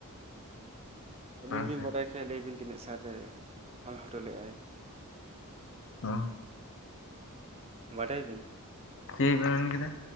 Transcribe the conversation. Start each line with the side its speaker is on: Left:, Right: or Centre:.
Right: ᱟᱹᱵᱤᱱ
Left: ᱵᱟᱝ
Right: ᱵᱤᱱ
Left: ᱥᱮ
Right: ᱵᱟᱰᱟᱭ ᱠᱷᱟᱡ ᱞᱟᱹᱭ ᱵᱤᱱ ᱛᱤᱱᱟᱹᱜ ᱥᱟᱞ ᱨᱮ ᱚᱞ ᱦᱚᱴᱚ ᱞᱮᱟᱭ᱾
Left: ᱚ
Right: ᱵᱟᱰᱟᱭ ᱟ ᱵᱤᱱ?
Left: ᱪᱮᱫ ᱵᱮᱱ ᱢᱮᱱ ᱠᱮᱫᱟ?